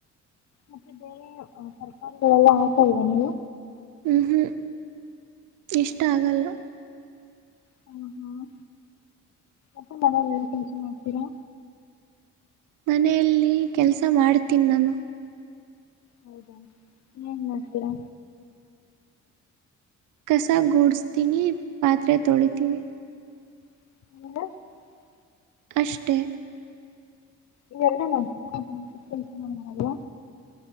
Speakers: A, on the left; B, on the right.
A: ಮತ್ತೆ ಬೇರೆ ತರಕಾರಿಗಳೆಲ್ಲ ಹಾಕಲ್ವಾ ನೀವು
B: ಹ್ಮ್ ಹ್ಮ್ ಇಷ್ಟ ಆಗಲ್ಲ
A: ಹ್ಮ ಹ್ಮ್ ಅಪ್ಪ ಮನೇಲಿ ಏನ್ ಕೆಲ್ಸ ಮಾಡ್ತೀರಾ
B: ಮನೆಯಲ್ಲಿ ಕೆಲ್ಸ ಮಾಡ್ತೀನ್ ನಾನು
A: ಹೌದಾ ಏನ್ ಮಾಡ್ತೀರಾ
B: ಕಸ ಗೂಡಸ್ತೀನಿ ಪಾತ್ರೆ ತೊಳಿತೀವಿ
A: <unintelligible>
B: ಅಷ್ಟೇ
A: ಈ ಎರಡೇ ಚಿಕ್ಕ ಕೆಲ್ಸ ಮಾಡೋದು